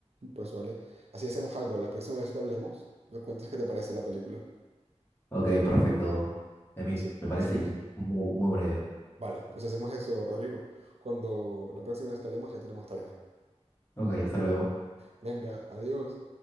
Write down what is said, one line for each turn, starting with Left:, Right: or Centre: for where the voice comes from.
Right: pues vale. Así hacemos algo, la próxima vez que hablemos, me cuentas qué te parece la película.
Left: Ok, perfecto, Emil.
Right: Sí,
Left: Me parece
Right: hacemos,
Left: in- muy, muy buena idea.
Right: vale, pues hacemos eso, Rodrigo. Cuando la próxima vez que hablemos ya tenemos tarea.
Left: Ok, hasta luego.
Right: Venga, adiós.